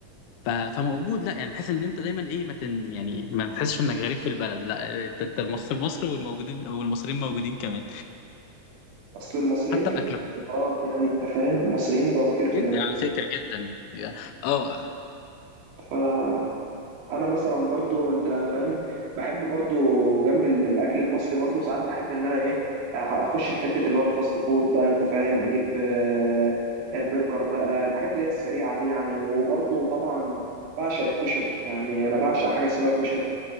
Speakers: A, on the left; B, on the right.
A: ف- فموجود لا يعني بحيث ان انت دايما ايه ما تن يعني ما تحسش انك غريب في البلد لا انت أنت مصر مصر والموجودين والمصريين موجودين كمان
B: اصل المصريين
A: حتى
B: كتير
A: باكلهم
B: في الامارات يعني انت فاهم المصريين بقوا كتير في
A: جدا على فكره جدا اه
B: الامارات انا مثلا برضو انت فاهم بحب برضو جنب ال- الاكل المصري برضو ساعات بحب ان انا ايه أ- اخش في حته اللي هو الفاست فود بقى انت فاهم اجيب آه، آه، برجر بقى الحاجات اللي هي السريعه دي يعني وبرضو طبعا بعشق الكشري يعني انا بعشق حاجه اسمها كشري